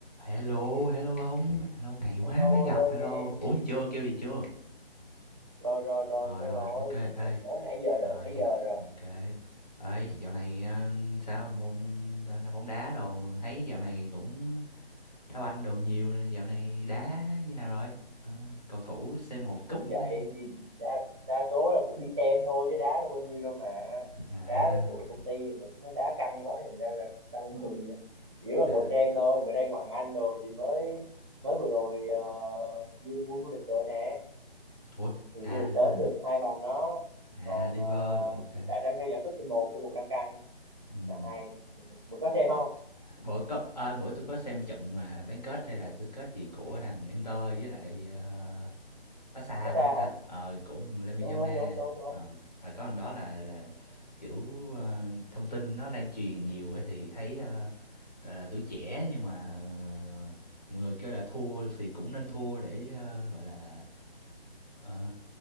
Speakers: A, on the left; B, on the right.
A: Hello, hello ông, hello ngày quá
B: Hello,
A: mới gặp,
B: hello
A: hello.
B: ghê.
A: Uống gì chưa, kêu gì chưa?
B: Rồi rồi rồi
A: Rồi
B: cái
A: rồi,
B: rồi
A: ok, ê.
B: mình tới nãy giờ đợi
A: Rồi,
B: nãy giờ rồi
A: ok. Ê, dạo này ờ, sao môn ra ra bóng đá đồ, thấy dạo này cũng đá banh đồ nhiều, dạo này đá như nào rồi? Ờ, cầu thủ c một
B: cũng
A: cúp mấy
B: vậy thì đa đa số là cũng đi xem thôi chứ đá đâu bao nhiêu đâu mà
A: à
B: đá với tụi công ty mà chúng nó đá căng quá thành ra là <laughs> đau người á. chỉ là ngồi
A: à
B: xem thôi bữa nay Hoàng Anh rồi thì mới mới vừa rồi ờ, đi vô vô địch rồi nè
A: ủa
B: thì vô
A: à
B: địch sớm
A: ha
B: được hai vòng đó
A: à
B: còn
A: liver
B: ờ,
A: ok
B: hiện tại đang theo dõi cúp c một c một đang căng
A: ừ.
B: là hay bữa có xem không
A: bữa có à, bữa tôi có xem trận mà bán kết hay là tứ kết gì của thằng Inter với lại ờ, Pasa
B: có
A: phải
B: xa
A: không ta?
B: hả
A: Ờ, của Lemmy-Yama,
B: đúng đúng đúng đúng đúng
A: ờ, rồi có lần đó là là, kiểu, ờ, thông tin nó lan truyền nhiều á thì thấy, ơ, gọi là, tuổi trẻ nhưng mà, ờ, mọi người kêu là thua thì cũng nên thua để, ơ, gọi là, ờ,